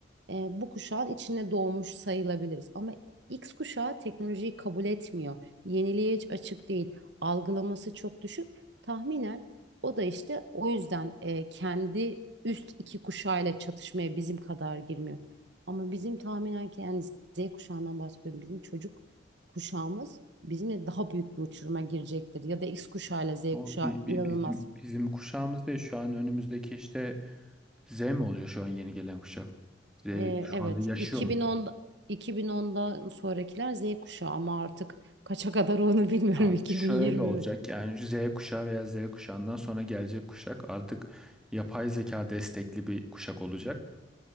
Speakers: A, on the right; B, in the centre.
A: eee, bu kuşağın içine doğmuş sayılabiliriz. Ama X kuşağı teknolojiyi kabul etmiyor. Yeniliğe hiç açık değil. Algılaması çok düşük. Tahminen o da işte o yüzden e, kendi üst iki kuşağıyla çatışmaya bizim kadar girmiyor. Ama bizim tahminen ki yani Z kuşağından bahsediyorum. Bizim çocuk kuşağımız bizimle daha büyük bir uçuruma girecektir. Ya da X kuşağıyla Z
B: O
A: kuşağı
B: bi- bi-
A: inanılmaz.
B: bizim bizim kuşağımız değil. Şu an önümüzdeki işte Z mi oluyor şu an yeni gelen kuşak? Z
A: E,
B: şu
A: evet
B: anda yaşıyor
A: 2010 2010'dan sonrakiler Z kuşağı ama artık kaça kadar onu bilmiyorum
B: Abi
A: <laughs> 2020
B: şöyle olacak
A: mi?
B: yani Z kuşağı veya Z kuşağından sonra gelecek kuşak artık yapay zeka destekli bir kuşak olacak.